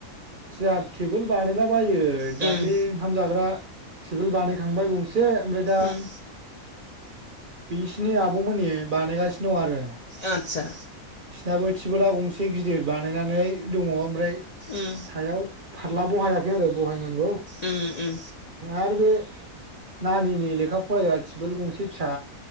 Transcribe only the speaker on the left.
उम
उम
आचसा
ओम
उम उम